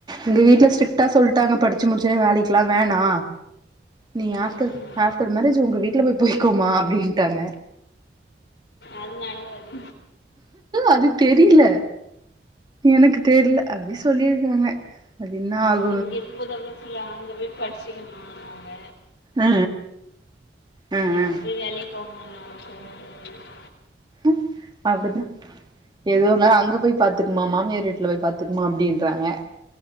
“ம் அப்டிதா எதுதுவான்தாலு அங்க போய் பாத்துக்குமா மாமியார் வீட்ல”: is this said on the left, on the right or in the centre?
Right